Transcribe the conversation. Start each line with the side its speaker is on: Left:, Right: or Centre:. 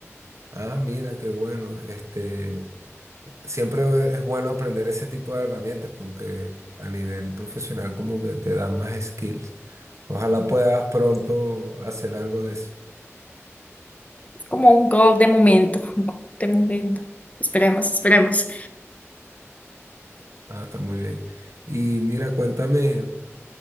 Right: Ah, mira, qué bueno. Este, siempre es bueno aprender ese tipo de herramientas porque a nivel profesional como que te dan más skills. Ojalá puedas pronto hacer algo de eso.
Left: Es como un gol de momento, un gol de momento. Esperemos, esperemos.
Right: Ah, está muy bien. Y mira, cuéntame,